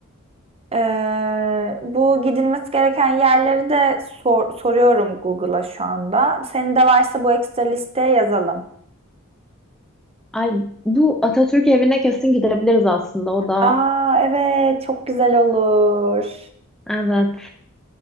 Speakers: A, on the right; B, in the centre.
A: Ee, bu gidilmesi gereken yerleri de sor- soruyorum Google'a şu anda. Senin de varsa bu ekstra listeye yazalım.
B: Ay bu Atatürk evine kesin gidebiliriz aslında o da.
A: Aa evet çok güzel olur.
B: Evet.